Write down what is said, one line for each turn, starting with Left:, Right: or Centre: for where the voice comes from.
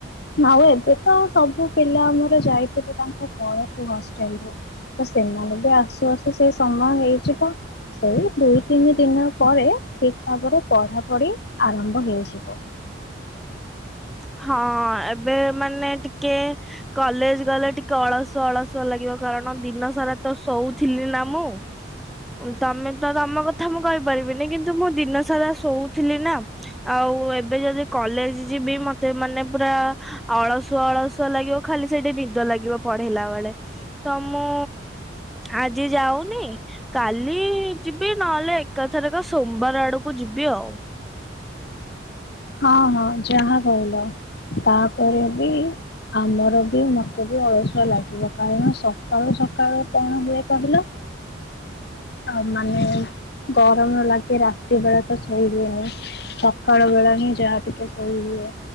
Left: ଆଉ ଏବେ ତ ସବୁ ପିଲା ଆମର ଯାଇଥିବେ ତାଙ୍କ ଘରକୁ ହଷ୍ଟେଲ ରୁ। ତ ସେମାନେ ବି ଆସୁ ଆସୁ ସେ ସମୟ ହେଇ ଯିବ। ସେଇ ଦୁଇ ତିନି ଦିନ ପରେ ଠିକ ଭାବରେ ପଢାପଢି ଆରମ୍ଭ ହେଇଯିବ।
Centre: ହଁ ଏବେ ମାନେ ଟିକେ କଲେଜ ଗଲେ ଟିକେ ଅଳସ ଅଳସ ନିଦ ଲାଗିବ କାରଣ ଦିନ ସାରା ତ ଶୋଉଥିଲି ନା ମୁଁ। ତମେ ତ ତମ କଥା ମୁଁ କହିପାରିବିନି କିନ୍ତୁ ମୁଁ ଦିନ ସାରା ଶୋଉଥିଲି ନା। ଆଉ ଏବେ ଯଦି କଲେଜ ଯିବି ମ ମତେ ମାନେ ପୁରା ଅଳସୁଆ ଅଳସୁଆ ଲାଗିବ ଖାଲି ସେଠି ନିଦ ଲାଗିବ ପଢେଇଲା ବେଳେ। ତ ମୁଁ ଆଜି ଯାଉନି କାଲି ଯିବି ନହେଲେ ଏକାଥେରେକ ସୋମବାର ଆଡକୁ ଯିବି ଆଉ।
Left: ହଁ ହଁ ଯାହା କହିଲ ତାପରେ ବି ଆମର ବି ମତେ ବି ଅଳସୁଆ ଲାଗିବ କାରଣ ସକାଳୁ ସକାଳୁ କଣ ହୁଏ କହିଲ?
Centre: ହଁ
Left: ଆ ମାନେ ଗରମ ଲାଗି ରାତି ବେଳେ ତ ଶୋଇ ହୁଏନି। ସକାଳ ବେଳା ହିଁ ଯାହା ଟିକେ ଶୋଇ ହୁଏ।